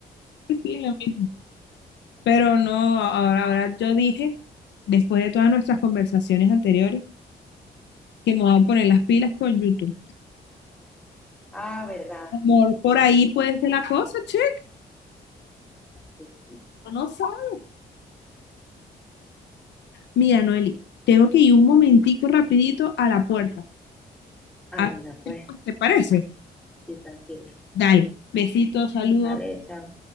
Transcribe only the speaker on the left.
Sí, sí, lo mismo. Pero no, ahora, ahora yo dije, después de todas nuestras conversaciones anteriores, que me voy a poner las pilas con YouTube.
Amor, por ahí puede ser la cosa, check.
uno No sabe. Mira, Noeli, tengo que ir un momentico rapidito a la puerta.
A-
¿Te parece?
Dale. Besitos, saludos.